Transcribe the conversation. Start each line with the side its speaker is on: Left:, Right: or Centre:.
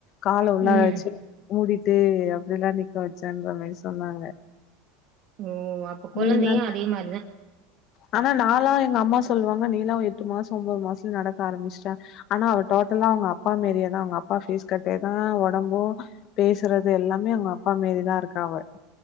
Left: கால உள்ளாச்சு
Right: ம்
Left: மூடி டேய் அப்டிலா நிக்க வச்சேன்றமாரி சொன்னாங்க
Right: ஓ அப்ப கொழந்தையும்
Left: நீ என்ன
Right: அதே மாரி
Left: ஆனா நா ல்ல எங்க அம்மா சொல்லுவாங்க நீ லா எடுத் எட்டு மாசோ ஒன்போது மாசத்துல நடக்க ஆரம்பிச்சிட்டா ஆனா அவ டோட்டலா அவங்க அப்பா மாரியேதா அவங்க அப்பா ஃபேஸ் கட்டேதா ஒடம்பூ பேசுறது எல்லாமே அவங்க அப்பா மாறிதா இருக்கா அவ